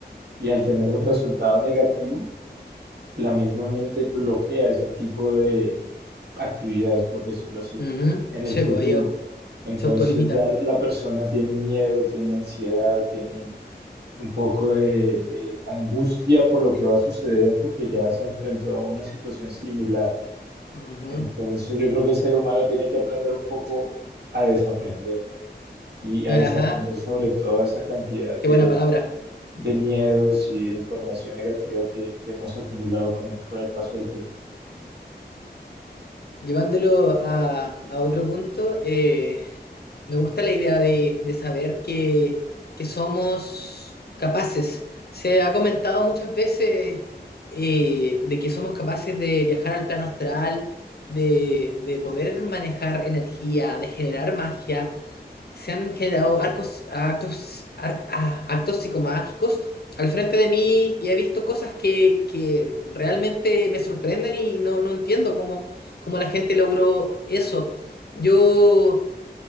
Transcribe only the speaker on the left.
Uh -huh.
Sí,
pues ellos
se autolimitan.
Ujú.
Ajá,
qué
buena palabra.
Llevándolo a, a otro punto, eh, Me gusta la idea de, de saber que, que somos capaces. Se ha comentado muchas veces eh, de que somos capaces de viajar al plano astral, de, de poder manejar energía, de generar magia. Se han generado arcos, actos, ar- ah, actos psicomágicos al frente de mí y he visto cosas que, que realmente me sorprenden y no, no entiendo cómo, cómo la gente logró eso. Yo